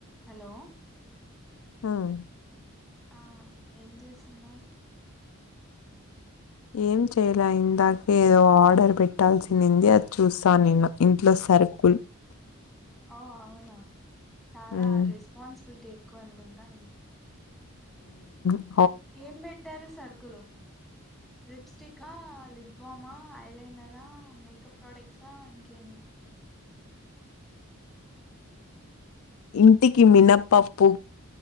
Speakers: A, in the centre; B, on the left.
A: Hello
B: హ్మ్
A: ఆ ఏం చేస్తున్నారు
B: ఏం చేయలే ఇందాక ఏదో ఆర్డర్ పెట్టాల్సింది అది చూస్తాను నిన్న ఇంట్లో సరుకుల్
A: ఓ అవునా చాలా
B: ఉమ్
A: రెస్పాన్స్ బుల్టీ ఎక్కువ అనుకుంటా మీకి
B: ఆ
A: ఏం బెట్ ట్టారు సరుకులు? లిప్స్టిక్క, లిప్ బామా, ఐలైనరా, మేకప్ ప్రోడక్ట్సా ఇంకేమి
B: ఇంటికి మినప్పప్పు